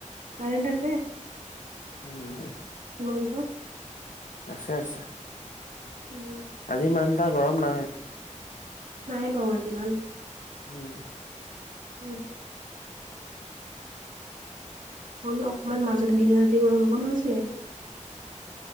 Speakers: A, on the right; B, on the left.
A: কাৰেন্ট আছে
B: উম
A: তোমালোকৰ
B: আছে আছে
A: উম
B: আজি ইমান এটা গৰম নাই
A: নাই বাও আজি ইমান
B: উম
A: <inaudible> হ'লো অকমান মাজতে দিন আজি গৰম অকনো আছিলে